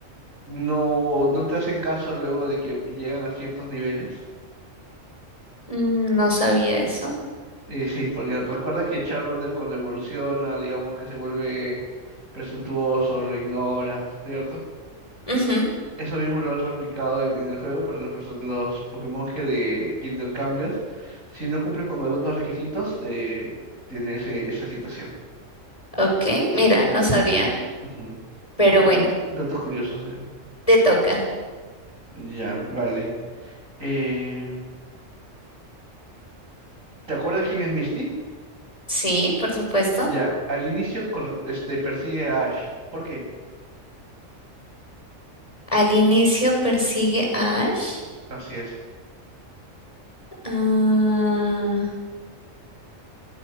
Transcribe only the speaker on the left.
mm, no sabía eso.
Ujú,
Ok, mira, no sabía.
Pero
bueno,
te toca.
Sí, por supuesto.
Al inicio persigue a Ash.
Ah,